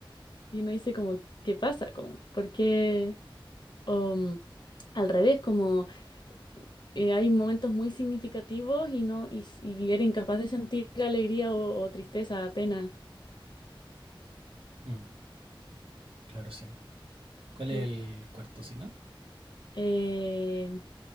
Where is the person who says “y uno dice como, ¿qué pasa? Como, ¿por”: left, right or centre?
Left